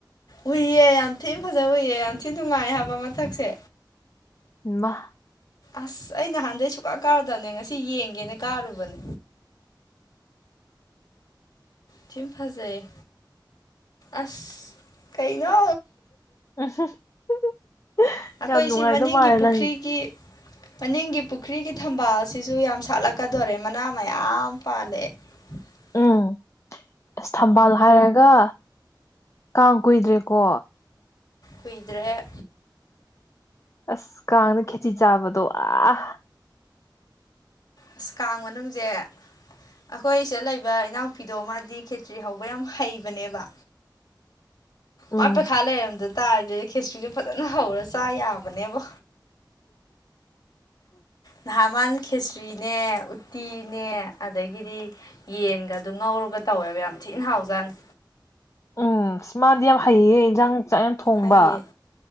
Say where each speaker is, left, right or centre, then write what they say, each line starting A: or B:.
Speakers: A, on the left; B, on the left.
A: ꯎꯏꯌꯦ ꯌꯥꯝ ꯊꯤ ꯐꯖꯅ ꯎꯏꯌꯦ ꯌꯥꯝ ꯊꯤ ꯅꯨꯡꯉꯥꯏ ꯍꯥꯏꯕ ꯃꯊꯛꯁꯦ
B: ꯏꯃꯥ
A: ꯑꯁ ꯑꯩ ꯅꯍꯥꯟꯗꯩ ꯁꯨꯛꯀꯥ ꯀꯥꯔꯨꯗꯕꯅꯦ ꯉꯁꯤ ꯌꯦꯡꯒꯦꯅ ꯀꯥꯔꯨꯕꯅꯦ ꯊꯤ ꯐꯖꯩꯌꯦ ꯑꯁ ꯀꯩꯅꯣ
B: <unintelligible>
A: ꯑꯩꯈꯣꯏ
B: ꯌꯥꯝ ꯅꯨꯡꯉꯥꯏꯗꯧ
A: ꯁꯤ ꯃꯅꯤꯡꯒꯤ
B: ꯃꯥꯜꯂꯦ
A: ꯄꯨꯈ꯭ꯔꯤꯒꯤ
B: ꯅꯪ
A: ꯃꯅꯤꯡꯒꯤ ꯄꯨꯈ꯭ꯔꯤꯒꯤ ꯊꯝꯕꯥꯜꯁꯤꯁꯨ ꯌꯥꯝ ꯁꯥꯠꯂꯛꯀꯗꯣꯔꯦ ꯃꯅꯥ ꯃꯌꯥꯝ ꯄꯥꯜꯂꯛꯑ <unintelligible>
B: ꯎꯝ ꯑꯁ ꯊꯝꯕꯥꯜ ꯍꯥꯏꯔꯒ ꯀꯥꯡ ꯀꯨꯏꯗ꯭ꯔꯦꯀꯣ
A: ꯀꯨꯏꯗ꯭ꯔꯦ
B: ꯑꯁ ꯀꯥꯡꯗ ꯈꯦꯆ꯭ꯔꯤ ꯆꯥꯕꯗꯣ ꯑꯥ
A: ꯑꯁ ꯀꯥꯡ ꯃꯅꯨꯡꯁꯦ ꯑꯩꯈꯣꯏ ꯁꯤꯗ ꯂꯩꯕ ꯏꯅꯥꯎꯄꯤꯗꯣ ꯃꯥꯗꯤ ꯈꯦꯆ꯭ꯔꯤ ꯍꯧꯕ ꯌꯥꯝ ꯍꯩꯕꯅꯦꯕ
B: ꯎꯝ
A: ꯃꯥ ꯄꯩꯈꯥ ꯂꯩꯔꯝꯗ ꯇꯥꯔꯗꯤ ꯈꯦꯆ꯭ꯔꯤꯗꯨ ꯐꯖꯅ ꯍꯧꯔ ꯆꯥ ꯌꯥꯕꯅꯦꯕꯣ ꯅꯍꯥꯟ ꯃꯅꯥ ꯈꯦꯆ꯭ꯔꯤꯅꯦ ꯎꯇꯤꯅꯦ ꯑꯗꯒꯤꯗꯤ ꯌꯦꯟꯒꯗꯨ ꯉꯧꯔꯒ ꯇꯧꯋꯦꯕ ꯌꯥꯝ ꯊꯤꯅ ꯍꯥꯎꯖꯥꯠꯅꯤ
B: ꯎꯝ ꯃꯥꯗꯤ ꯌꯥꯝ ꯍꯩꯌꯦ ꯏꯟꯖꯥꯡ ꯆꯥꯛ ꯌꯥꯝ ꯊꯣꯡꯕ
A: ꯍꯩꯌꯦ